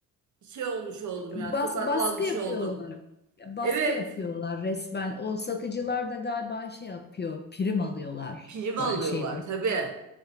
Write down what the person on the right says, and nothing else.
şey olmuş oldum
yani tokatlanmış
oldum.
Evet
prim alıyorlar
tabii.